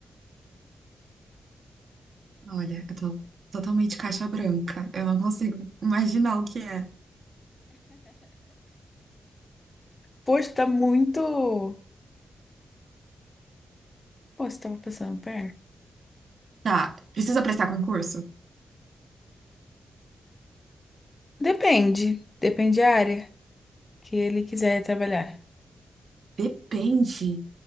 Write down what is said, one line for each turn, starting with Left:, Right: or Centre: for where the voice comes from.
Right: Olha, eu tô totalmente caixa branca. Eu não consigo imaginar o que é.
Left: Poxa, tá muito. Pô, você tava passando perto.
Right: Tá, precisa prestar concurso?
Left: Depende. Depende da área que ele quiser trabalhar.
Right: Depende.